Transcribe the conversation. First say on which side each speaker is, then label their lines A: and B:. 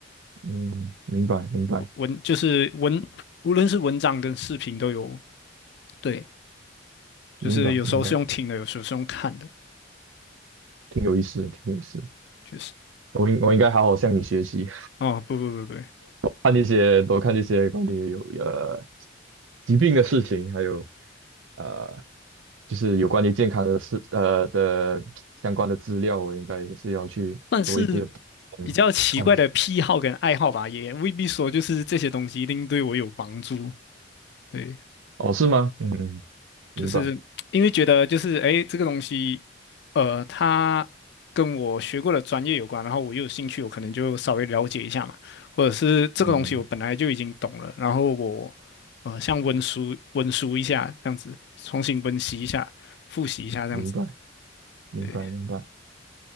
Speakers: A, on the right (about 80°); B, on the left (about 55°).
A: 嗯，明白明白
B: 文就是文，无论是文章跟视频都有。对，就是有时候是用听的，
A: 明白明白，
B: 有时候是用看的，
A: 挺有意思的，挺有意思的
B: 确实。
A: 我应我应该好好向你学习。
B: 哦，不不不不，
A: 看那些多看那些关于有呃疾病的事情，还有呃就是有关于健康的事呃的相关的资料，我应该也是要去多一个嗯看一下。
B: 但是。比较奇怪的癖好跟爱好吧，也未必说就是这些东西一定对我有帮助。对，
A: 哦，是吗？嗯嗯，明白，
B: 就是因为觉得就是诶，这个东西，呃，它跟我学过的专业有关，然后我又有兴趣，我可能就稍微了解一下嘛，或者是这个东西我本来就已经懂了，
A: 嗯，
B: 然后我呃像温书温书一下这样子，重新温习一下，复习一下这样子。
A: 明白，明白，
B: 对
A: 明白。